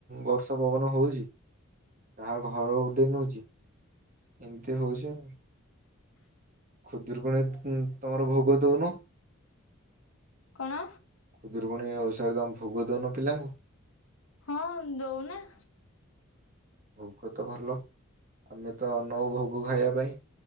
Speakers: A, on the right; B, on the left.
A: ବର୍ଷା ପବନ ହୋଉଚି ତାାହା ଘର ଗୋଟେ ନୋଉଚି ଏମିତି ହୋଉଚି ଆ। ଖୁଦୁରୁକୁଣୀ ତମର ଭୋଗ ଦୋଉନ।
B: କଣ?
A: ଖୁଦୁରୁକୁଣି ଓଷାରେ ତମେ ଭୋଗ ଦୋଉନ ପିଲାଙ୍କୁ‌?
B: ହଁ ଦୋଉ ନାଁ।
A: ଭୋଗ ତ ଭଲ ଆମେ ତ ଅନଉ ଭୋଗ ଖାଇବା ପାଇଁ।